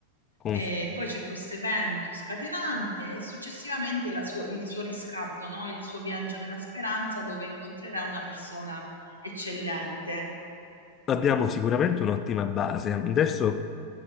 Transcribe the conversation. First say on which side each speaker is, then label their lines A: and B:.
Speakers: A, on the left; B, on the left.
A: confermo.
B: E poi c'è questo evento scatenante e successivamente la sua- il suo riscatto, no? Il suo viaggio della speranza dove incontrerà una persona eccellente.
A: Abbiamo sicuramente un'ottima base. Adesso